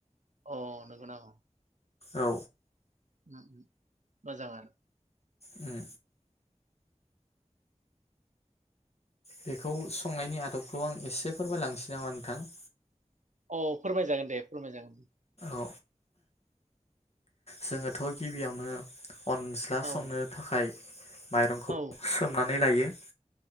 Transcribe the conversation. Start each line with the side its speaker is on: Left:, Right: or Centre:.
Right: अ नोंगौ नामा
Left: औ
Right: उम उम मोजाङानो
Left: उम बेखौ संनायनि आदबखौ आं एसे फोरमायलांनोसै नामा नोंथां
Right: अ फोरमायजागोन दे फोरमायजागोन
Left: औ जोङोथ' गिबियावनो अनज्ला
Right: औ
Left: संनो थाखाय माइरंखौ
Right: औ
Left: सोमनानै लायो